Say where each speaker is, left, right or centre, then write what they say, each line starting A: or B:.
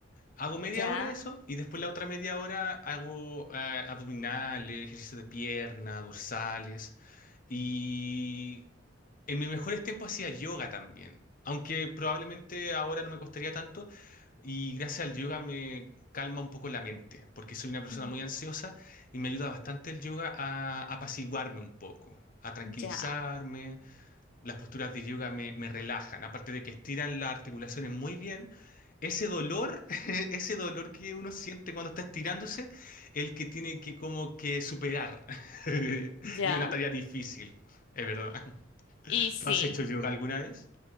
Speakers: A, on the left (about 45°); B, on the left (about 70°).
A: Hago media
B: ya,
A: hora eso y después la otra media hora hago eh, abdominales, ejercicio de pierna, dorsales. Y en mis mejores tiempos hacía yoga también, aunque probablemente ahora no me costaría tanto y gracias al yoga me calma un poco la mente, porque soy una persona
B: mm,
A: muy ansiosa y me ayuda bastante el yoga a apaciguarme un poco, a tranquilizarme.
B: ya,
A: Las posturas de yoga me, me relajan, aparte de que estiran las articulaciones muy bien. Ese dolor, <laughs> ese dolor que uno siente cuando está estirándose, el que tiene que como que superar. <laughs>
B: ya.
A: Y una tarea difícil, es verdad.
B: Y sí.
A: ¿Tú has hecho yoga alguna vez?